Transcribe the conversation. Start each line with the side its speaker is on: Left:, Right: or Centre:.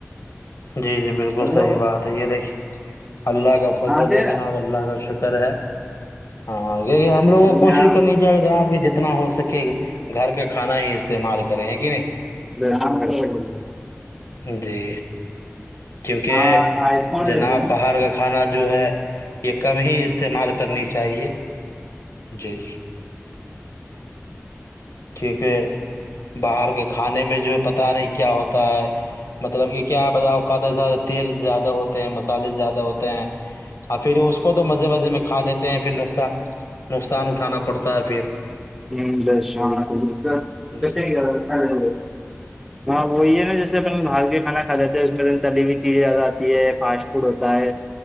Left: جی جی بالکل
Centre: ہلو،
Left: صحیح بات ہے یہ دیکھیے اللہ کا فضل
Centre: کہاں تھے؟
Left: ہے جناب اللہ کا شکر ہے ہاں یہ ہم لوگوں
Centre: ابھی
Left: کو کوشش
Centre: میں آ-
Left: کرنی جناب کہ جتنا ہو سکے گھر کا کھانا ہی استعمال کرے ہیں کہ نہیں
Centre: <inaudible>
Left: جی کیونکہ
Centre: ہاں آئی فون
Left: جناب
Centre: لے لو
Left: باہر کا کھانا جو ہے یہ کم ہی استعمال کرنی چاہیے جی ٹھیک ہے باہر کے کھانے میں جو ہے پتا نہیں کیا ہوتا ہے مطلب کہ کیا بتبو اوقات تیل زیادہ ہوتے ہیں مسالے زیادہ ہوتے ہیں تا ہے اب پھر اس کو تو مزے مزے میں کھا لیتے ہیں پھر نکسان نقصان اٹھانا پڑتا ہے پھر
Centre: <unintelligible>
Left: جی
Centre: ہاں وہ یہ ہے نا جیسےنا باہر کا کھانا کھا لیتے ہیں اس میں تلی ہوی چیزیں آتی ہے فاسٹ فوڈ ہوتا ہے